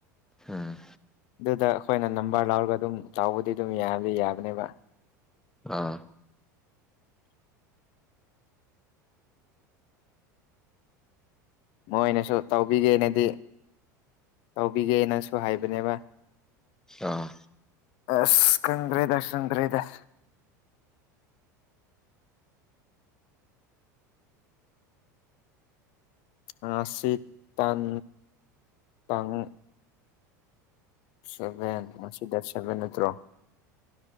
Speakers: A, in the centre; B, on the left (about 60°).
A: ꯎꯝ
B: ꯑꯗꯨꯗ ꯑꯩꯈꯣꯏꯅ ꯅꯝꯕꯔ ꯂꯧꯔꯒ ꯑꯗꯨꯝ ꯆꯥꯎꯕꯨꯗꯤ ꯑꯗꯨꯝ ꯌꯥꯗꯤ ꯌꯥꯕꯅꯦꯕ
A: ꯑꯥ
B: ꯃꯣꯏꯅꯁꯨ ꯇꯧꯕꯤꯒꯦꯅꯗꯤ꯫ ꯇꯧꯕꯤꯒꯦꯅꯁꯨ ꯍꯥꯏꯕꯅꯦꯕ꯫
A: ꯑꯥ
B: ꯑꯁꯥ ꯀꯟ꯭ꯔꯦꯗ ꯀꯟ꯭ꯔꯦꯗ ꯫ ꯉꯥꯁꯤ ꯇꯥꯟ ꯇꯥꯡ ꯁꯕꯦꯟ ꯉꯁꯤ ꯗꯥꯇꯦ ꯁꯕꯦꯟ ꯅꯠꯇ꯭ꯔꯣ